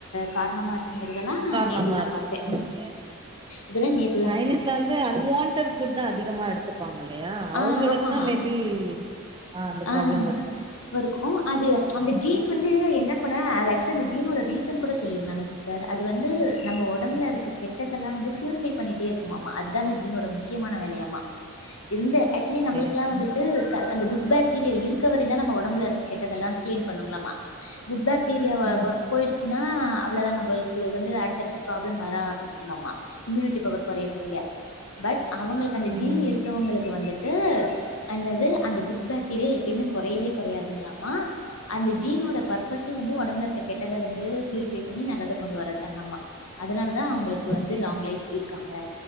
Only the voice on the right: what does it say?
காரணமா
இருக்கு
ஓகே
சைனீஸ்ல வந்து அன்வான்டட் புத்தா அதிகமா எடுத்துப்பாங்க இல்லையா அவுங்களுக்கு
தா மேபி ஆ அந்த
ப்ராப்ளம் இருக்கு
பரவால்லயே
ம்
பரவாயில்லையே.
ம்
ம்
சேரி